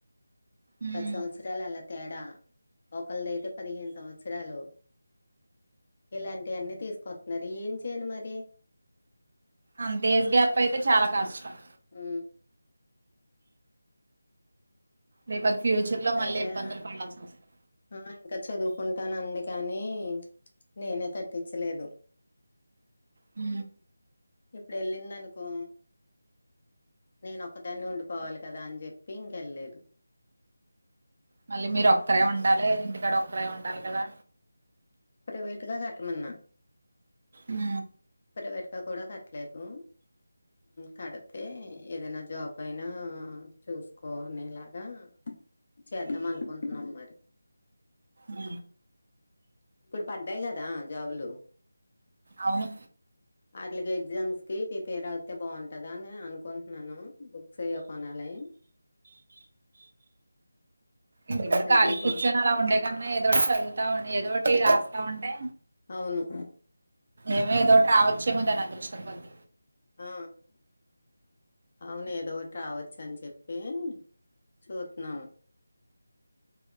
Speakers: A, on the right (about 45°); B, on the left (about 40°).
A: ఉమ్
B: పది సంవత్సరాల అలా తేడా ఒక్కలదయితే పదిహేను సంవత్సరాలు ఇలాంటివన్నీ తీసుకొతున్నారు ఏం చేయలి మరి
A: అంత ఎజ్ గ్యాప్ అయితే చాలా కష్టం
B: ఉ
A: లేకపోతే ఫ్యూచర్
B: ఇకా
A: లో
B: సర్లే
A: మళ్ళీ ఇబ్బందులు పడాల్సి వస్తుంది
B: ఆ ఇంకా చదువుకుంటాను అంది కాని నేనే తట్టించలేదు
A: ఉ
B: ఇప్పుడు వెళ్ళింది అనుకో నేను ఒక్కదాన్ని ఉండిపోవాలి కదా అని చెప్పి ఇంకా వెళ్లలేదు
A: మళ్ళీ మీరు ఒక్కరే ఉండాలి ఇంటికాడ ఒక్కరే ఉండాలి కదా
B: ప్రవేట్గా కట్టమన్నా
A: ఉ
B: ప్రవేట్ కూడా కట్టలేదు కడితే ఏదైనా జాబ్ అయినా చూసుకునేలాగా చేద్దాం అనుకుంటున్నాం మరి
A: అ
B: పడ్డాయి్ కదా జాబులు
A: అవును
B: వాటికి ఎగ్జామ్స్ కి ప్రిపేర్ అయితే బాగుంటదా అని అనుకుంటున్నాను బుక్స్ అయ్యి కొనాలి
A: ఇంటికాడా
B: సర్లే
A: కాలిగా
B: కొ
A: కూర్చొని అలా ఉండేకన్నా ఏదోటి చదువుతా ఉండి ఏదో ఒకటి రాస్తా ఉంటే
B: అవును.
A: ఏమే ఏదో ఒకటి రావచ్చో ఏమో దాని అదృష్టం కొద్ది
B: ఆ అవును ఏదో ఒకటి రావచ్చు అని చెప్పి చూతున్నాము